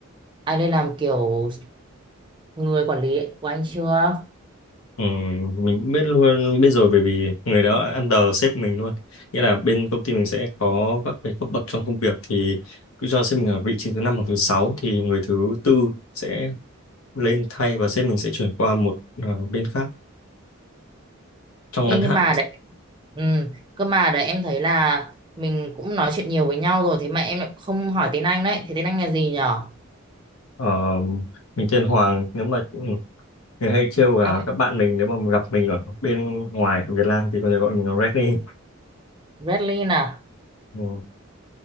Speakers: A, on the right; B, on the left.
A: ai lên làm kiểu người quản lý của anh chưa
B: Ừm, mình cũng biết luôn biết rồi bởi vì người đó under sếp mình luôn nghĩa là bên công ty mình sẽ có các cái cấp bậc trong công việc thì cứ cho sếp mình ở vị trí thứ năm hoặc thứ sáu thì người thứ tư sẽ lên thay và sếp mình sẽ chuyển qua một ờ, bên khác trong
A: Ê,
B: ngắn
A: nhưng
B: hạn
A: mà đấy ừ, cơ mà đấy em thấy là mình cũng nói chuyện nhiều với nhau rồi thế mà em lại không hỏi tên anh đấy thế tên anh là gì nhở
B: ờ, mình tên Hoàng nếu mà người hay trêu là
A: à
B: các bạn mình nếu mà gặp mình ở bên ngoài của Việt Nam thì có thể gọi mình là Reddy
A: Bradley nè
B: ừ.